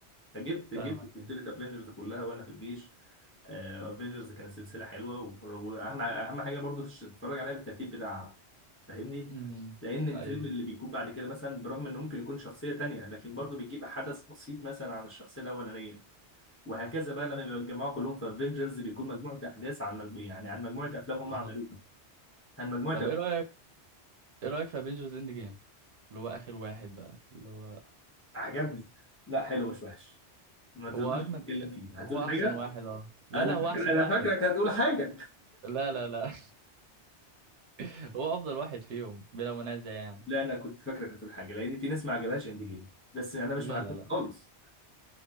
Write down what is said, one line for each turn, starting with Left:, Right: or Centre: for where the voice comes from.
Left: فجبت
Right: فاهمك
Left: جبت
Right: ايوه
Left: سلسله افنجرز كلها وانا في الجيش افنجرز كانت سلسله حلوه وبر- واهم اهم حاجه برضو تش- تتفرج عليها بالترتيب بتاعها فاهمني
Right: امم
Left: لان الفيلم
Right: ايوه
Left: اللي بيكون بعد كده مثلا برغم انه ممكن يكون شخصيه تانية لكن برضو بيجيب حدث بسيط مثلا عن الشخصيه الاولانيه وهكذا بقى لما بيتجمعوا كلهم في افنجرز بيكون مجموعه احداث عن مجموعه يعني عن مجموعه افلام هم
Right: بالظبط
Left: عملوها عن مجموعه
Right: طب
Left: أفلام.
Right: ايه رايك ايه رايك في افنجرز اند جيم اللي هو اخر واحد بقى اللي هو
Left: عجبني لا حلو مش وحش ما تقدرش
Right: هو اجمد
Left: تتكلم فيه
Right: هو
Left: هتقول
Right: احسن
Left: حاجه
Right: واحد اه لا
Left: انا
Right: لا
Left: فاكر
Right: هو احسن
Left: انا
Right: واحد
Left: فاكرك هتقول حاجه
Right: لا لا لا <laughs> هو افضل واحد فيهم بلا منازع يعني
Left: لا انا كنت فاكره كانت الحاجه لان في ناس ما عجبهاش اند جيم بس انا مش
Right: لا
Left: مع
Right: لا
Left: الناس
Right: لا
Left: خالص